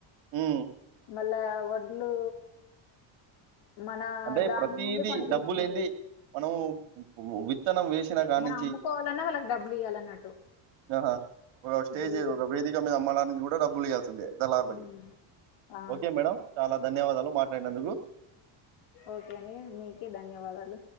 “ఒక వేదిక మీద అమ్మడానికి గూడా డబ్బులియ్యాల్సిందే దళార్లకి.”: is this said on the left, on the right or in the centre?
Right